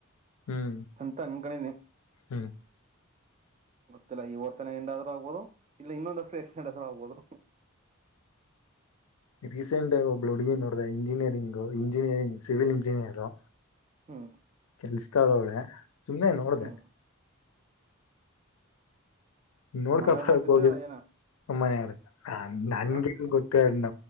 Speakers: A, on the left (about 85°); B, on the right (about 30°).
A: ಹ್ಮ್
B: ಅಂತನ್ ಅಂಕಡಿನಿ
A: ಹ್ಮ್
B: ಗೊತ್ತಿಲ್ಲ ಈ ವರ್ಷನ ಇಂದಾನೆ ಆಗಬಹುದು ಇಲ್ಲ ಇನ್ನೊಂದು ವರ್ಷ ಎಕ್ಸ್ಟ್ರಾಡ್ ಆದರೂ ಆಗಬಹುದು
A: ರೀಸೆಂಟ್ ಆಗಿ ಒಬ್ಬಳು ಹುಡುಗಿ ನೋಡ್ದ ಇಂಜಿನಿಯರಿಂಗು ಇಂಜಿನಿಯರಿಂಗ್ ಸಿವಿಲ್ ಇಂಜಿನಿಯರು
B: ಹ್ಮ್
A: ಕೆಲ್ಸತಾಳ ಅವಳೆ ಸುಮ್ಮ್ನೆ ನೋಡ್ದ
B: ಹ್ಮ್
A: ನೋಡ್ಕಬಸಕೆ
B: ಮನೆಯವ್ರು ನೋಡ್ಸಿದ್ದೆ
A: ಹೋಗಿದೆ
B: ಏನ
A: ಅಮ್ಮಯಾರ್ ನನ್ಗೆ
B: ಹಾ
A: ಗೊತ್ತೆ ಇಲ್ಲ